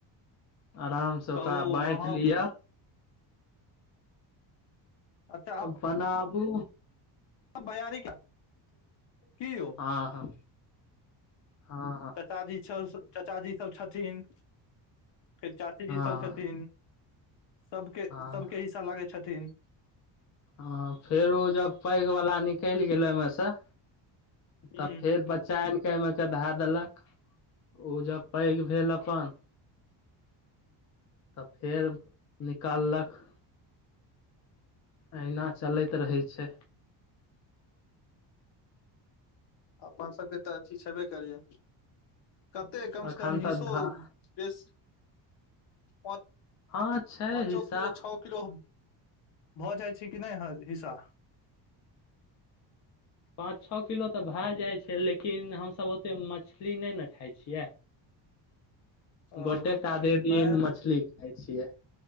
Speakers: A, on the left (about 40°); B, on the left (about 65°).
A: आराम से ओकरा
B: कहू
A: बाँंट
B: अहाँ
A: लियअ।
B: अच्छा
A: अ पनााबे
B: अ भैयार <unintelligible> की यौ
A: हँ-हँ, हँ-हँ
B: चच जी सब चाच जी सब छथिन फेर चाचीजी
A: हँ हँ
B: सब छथिन। सभके,
A: हँ
B: सभके हिस्सा लागै छथिन।
A: ह फेर ओ जब पैघ वालला निकलि गेलै ओमे से।
B: ह
A: तब फेर बच्चा आन केे एमे के धा देलक ओ जब पै भेल अपन तऽ फेर निकाललक अहिना चलैत रहै छै।
B: अपन सभके तऽ अथी छेबे करियै। कते कम
A: एखन
B: से कम हीसो
A: तऽ धा
B: बेस पच
A: हँ छै
B: पाँचो
A: हिस्सा
B: किलो छओ किरो भऽ जाइ छै कि नहि हिस्सा
A: पाँच छओ किलो तऽ भए जाइ छै लेकिन हमस ओतेक मछली नहि ने खाइ छियै।
B: ओ
A: गोटेके आधे दिन
B: नहि
A: मछली खााय छियै।